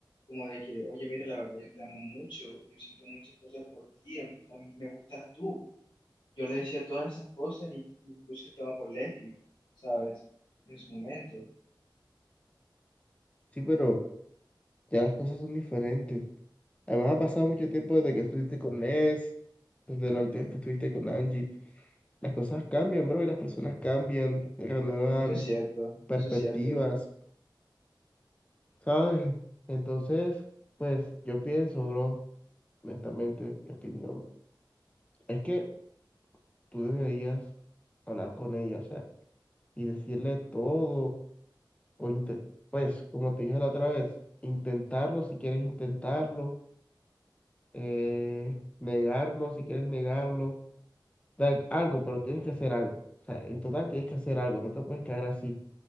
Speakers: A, on the left; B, on the left.
A: como de que, oye, mira, la verdad, yo te amo mucho, yo siento muchas cosas por ti, a mí, a mí me gustas tú. Yo le decía todas esas cosas y incluso estaba con Leslie, ¿sabes? En su momento.
B: Sí, pero ya las cosas son diferentes. Además, ha pasado mucho tiempo desde que estuviste con Ness, desde la última vez que estuviste con Angie. Las cosas cambian, bro, y las personas cambian, renuevan
A: Eso es cierto,
B: perspectivas,
A: eso es cierto.
B: ¿sabes? Entonces, pues yo pienso, bro, honestamente, mi opinión, es que tú deberías hablar con ella, o sea, y decirle todo, o inte- pues, como te dije la otra vez, intentarlo si quieres intentarlo, eh, negarlo si quieres negarlo da- algo, pero tienes que hacer algo. O sea, en total tienes que hacer algo, no te puedes quedar así.